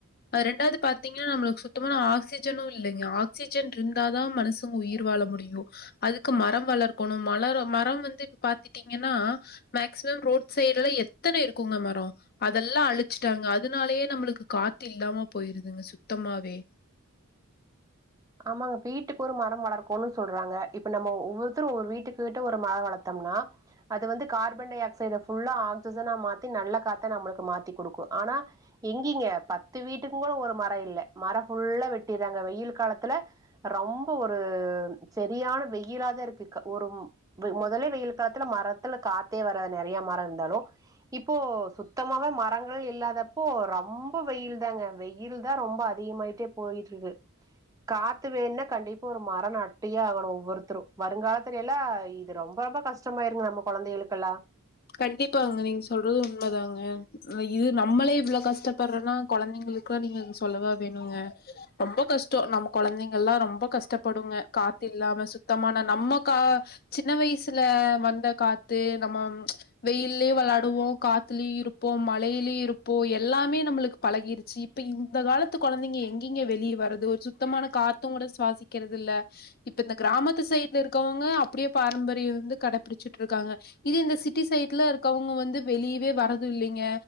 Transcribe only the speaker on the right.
ஆமாங்க வீட்டுக்கு ஒரு மரோ வளர்க்கோம்னு சொல்றாங்க இப்ப நம்ம ஒவ்வொருத்தரு ஒவ்வொரு வீட்டுக்கிட்ட ஒரு மரோ வளர்த்தோம்னா அது வந்து கார்பன் டை ஆக்சைட ஃபுல்லா ஆக்சிஜனா மாத்தி நல்ல காத்த நம்மளுக்கு மாத்தி குடுக்கு ஆனா எங்கீங்க பத்து வீட்டுங்கூட ஒரு மரோ இல்ல மரோ ஃபுல்லா வெட்டிறாங்க வெயில் காலத் த்துல ரொம்ப ஒரு செரியான வெயிலாதா இருக்கு ஒரு மொதல்லே வெயில் காத்துல மரத்துல காத்தே வராது நெறையா மரோ இருந்தாலு இப்போ சுத்தமாவே மரங்கள் இல்லாத அப்போ ரொம்ப வெயில் தாங்க வெயில் தா ரொம்ப அதிகமாயிட் அப்டியே போயிட்டு இருக்கு காத்து வேணுனா கண்டிப்பா ஒரு மரோ நட்டியே ஆகணு ஒவ்வொருத்தரு வருங்காலத்துல எல்லா இது ரொம்ப ரொம்ப கஷ்டோ கஷ்டமாயிருங்க நம்ம கொழந்தைகளுக்கு எல்லா